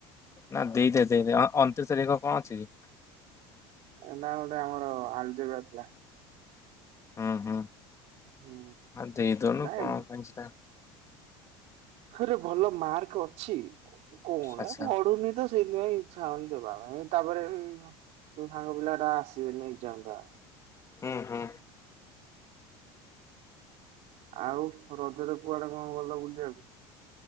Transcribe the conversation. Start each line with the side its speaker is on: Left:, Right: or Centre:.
Left: ନା ଦେଇଦେ ଦେଇଦେ ଅ, ଅଣତିରିଶ ତାରିଖ କଣ ଅଛି କି?
Right: ଏ ନା ଗୋଟେ ଆମର ଆଲଜେବା ଥିଲା।
Left: ଅଁ, ହଁ
Right: ହୁଁ
Left: ମାନ ଦେଇଦଉନୁ
Right: ନାଇଁ
Left: କଣ ପାଇଁ ସେଟା
Right: ହଇରେ ଭଲ ମାର୍କ ଅଛି କଣ
Left: ଆଚ୍ଛା
Right: ଏ ପଢୁନି ତ ସେଇଥିପାଇଁ ଇଚ୍ଛା ହଉନି ଦେବା ପାଇଁ, ତାପରେ ତ ସାଙ୍ଗ ପିଲା ଟା ଆସିବେନି ଏକ୍ଜାମ୍ ଦବା
Left: ହୁଁ, ହୁଁ।
Right: ଆଉ ରଜରେ କୁଆଡେ କଣ ଗଲ ବୁଲିବାକୁ?